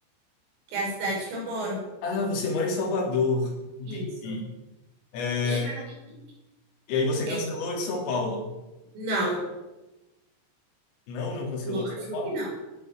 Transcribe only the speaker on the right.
que é a cidade que eu moro.
isso.
E aí,
é,
não,
lógico
que não.